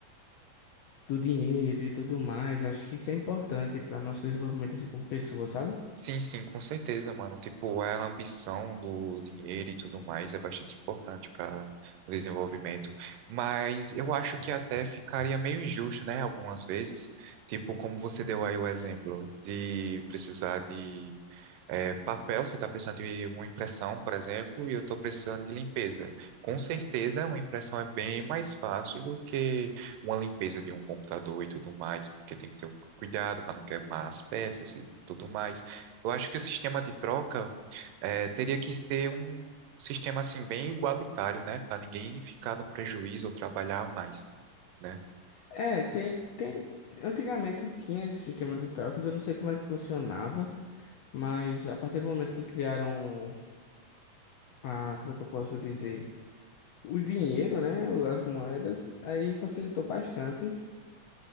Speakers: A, on the left; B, on the right.
A: do dinheiro e tudo mais. Acho que isso é importante para nosso desenvolvimento assim como pessoa, sabe?
B: Sim, sim, com certeza, mano. Tipo, a ambição do dinheiro e tudo mais é bastante importante para o desenvolvimento. Mas eu acho que até ficaria meio injusto, né? Algumas vezes. Tipo, como você deu aí o exemplo de precisar de eh, papel, você está precisando de uma impressão, por exemplo, e eu estou precisando de limpeza. Com certeza, uma impressão é bem mais fácil do que uma limpeza de um computador e tudo mais, porque tem que ter o cuidado para não queimar as peças e tudo mais. Eu acho que o sistema de troca eh, teria que ser um sistema assim bem igualitário, né? Para ninguém ficar no prejuízo ou trabalhar mais, né?
A: É, tem, tem. Antigamente tinha esse sistema de trocas, eu não sei como é que funcionava, mas a partir do momento que criaram a, como é que eu posso dizer, o dinheiro, né, as moedas, aí facilitou bastante